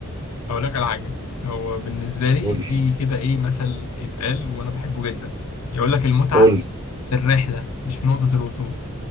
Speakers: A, on the left; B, on the right.
A: اقول لك على حاجه هو بالنسبه لي
B: قول لي
A: في كده ايه مثل اتقال وانا بحبه جدا يقول لك المتعه
B: قول لي.
A: في الرحله مش في نقطه الوصول